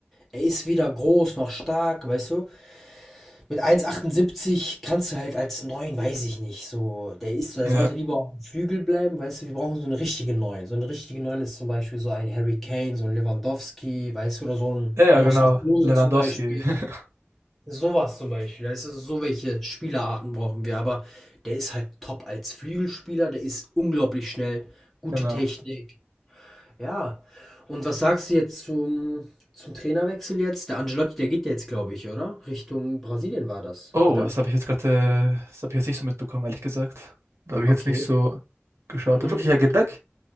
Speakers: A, in the centre; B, on the right.
A: er ist weder groß noch stark, weißt du? Mit 1,78 kannst du halt als Neun, weiß ich nicht, so. Der ist, der
B: Ja.
A: sollte lieber auf dem Flügel bleiben, weißt du? Wir brauchen so einen richtigen Neun. So einen richtigen Neun ist zum Beispiel so ein Harry Kane, so ein Lewandowski, weißt du, oder so ein
B: Ja, ja,
A: Miroslav
B: genau.
A: Klose
B: Lewandowski.
A: zum Beispiel.
B: <laughs>
A: Sowas zum Beispiel, weißt du, so welche Spielerarten brauchen wir, aber der ist halt top als Flügelspieler, der ist unglaublich schnell, gute
B: Genau.
A: Technik. Ja. Und was sagst du jetzt zum, zum Trainerwechsel jetzt? Der Ancelotti, der geht ja jetzt, glaube ich, oder? Richtung Brasilien war das,
B: Oh,
A: oder?
B: das habe ich jetzt gerade, äh, das habe ich jetzt nicht so mitbekommen, ehrlich gesagt. Da habe ich
A: Okay.
B: jetzt nicht so geschaut.
A: Mhm.
B: Wirklich, er geht weg?